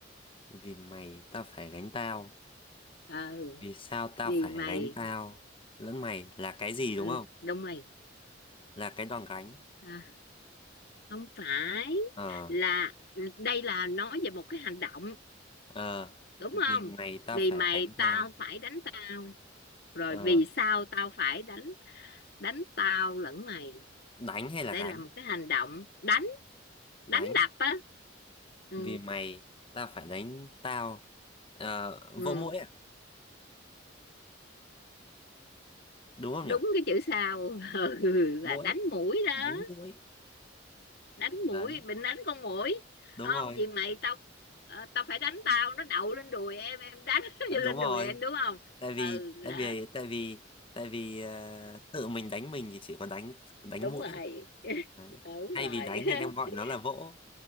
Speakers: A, on the left; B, on the left.
A: vì mày tao phải gánh tao
B: Ờ,
A: Vì sao tao
B: vì
A: phải
B: mày
A: gánh tao lẫn mày là cái gì
B: ừ,
A: đúng không?
B: đúng rồi
A: Là cái đòn gánh.
B: à, không phải
A: Ờ,
B: là đây là nói về một cái hành động
A: ờ,
B: đúng
A: vì
B: không
A: mày tao
B: vì
A: phải
B: mày
A: gánh
B: tao
A: tao.
B: phải đánh tao rồi
A: Ờ,
B: vì sao tao phải đánh đánh tao lẫn mày
A: đánh hay là
B: đây
A: gánh?
B: là một cái hành động đánh
A: Đánh.
B: đánh đập á ừ,
A: Vì mày tao phải đánh tao. Ờ,
B: ừ.
A: vỗ muỗi à? Đúng không
B: đúng
A: nhỉ?
B: cái chữ sao <laughs> là
A: Muỗi,
B: đánh mũi đó
A: đánh muỗi.
B: đánh mũi
A: Đấy,
B: mình đánh con mũi
A: đúng
B: không
A: rồi,
B: vì mày tao ờ, tao phải đánh tao nó đậu lên đùi em em đánh <laughs>
A: Ờ, đúng
B: lên
A: rồi.
B: đùi em đúng không
A: Tại vì,
B: ừ
A: tại
B: đó
A: vì, tại vì, tại vì ờ, tự mình đánh mình thì chỉ có đánh đánh
B: đúng
A: muỗi
B: rồi
A: thôi. Đấy.
B: đúng
A: Thay
B: rồi
A: vì đánh thì em gọi
B: <laughs>
A: nó là vỗ.